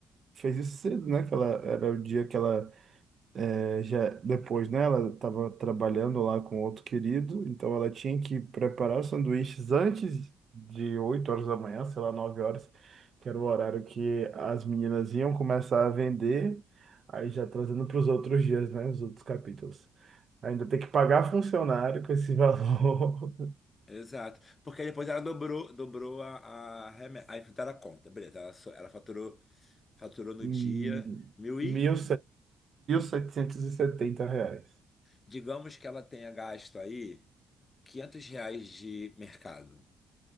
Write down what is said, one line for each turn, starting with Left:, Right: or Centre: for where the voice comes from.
Right: fez isso cedo, né? Que ela era o dia que ela eh, já depois, né, ela estava trabalhando lá com outro querido, então ela tinha que preparar os sanduíches antes de 8 horas da manhã, sei lá, 9 horas, que era o horário que as meninas iam começar a vender, aí já trazendo para os outros dias, né, os outros capítulos. Ainda tem que pagar funcionário com esse valor,
Left: Exato. Porque depois ela dobrou, dobrou a, a, reme- a enfrentar a conta. Beleza, ela, só- ela faturou, faturou
Right: <laughs>
Left: no
Right: hum,
Left: dia mil e,
Right: mil e setecentos e setenta reais.
Left: digamos que ela tenha gasto aí 500 reais de mercado.